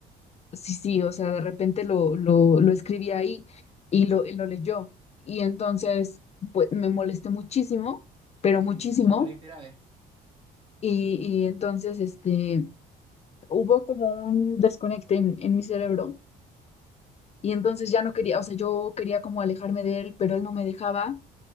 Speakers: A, on the left (about 40°); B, on the right (about 30°).
A: Sí, sí, o sea, de repente lo, lo, lo escribí ahí y lo, y lo leyó. Y entonces, pues, me molesté muchísimo, pero
B: Sí,
A: muchísimo.
B: pues eso igual es grave.
A: Y, y entonces, este, hubo como un desconecte en, en mi cerebro. Y entonces ya no quería, o sea, yo quería como alejarme de él, pero él no me dejaba.